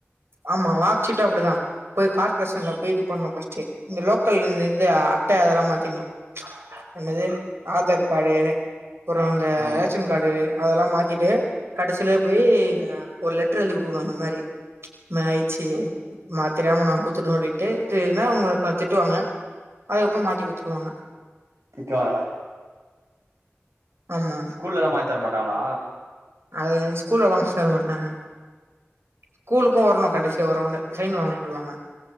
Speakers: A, on the right; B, on the right.
A: ஆமா மார்க்சீட்டு அப்டிதா போய் கார்ப்பரேஷன்ல போய் இது பண்ணு பஸ்ட் இந்த லோக்கல்ல இது அட்ட அதெல்லா மாத்தினு என்னது ஆதார் காடு அப்பற இந்த
B: ஆ
A: ரேஷன் காடு அதெல்லா மாத்திட்டு கடசில போய் அ ஒரு லெட்டர் எழுதி குடுக்கணு அந்த மாரி இந்த மாரி ஆயிச்சு மா தெரியாம நாங்க குத்துட்டோ அப்டின்ட்டு இது அவங்க திட்டுவாங்க அதுக்கு அப்பற மாத்தி குத்துருவாங்க
B: திட்டுவாங்கலா
A: ஆமா
B: ஸ்கூல்ல எல்லா மாத்தி தர மாட்டாங்களா
A: அது ஸ்கூல்ல எல்லா மாத்தி தர மாட்டாங்க ஸ்கூலுக்கு வரணு கடைசியா ஒரு ரவுண்டு சைன் வாங்க சொல்லவாங்க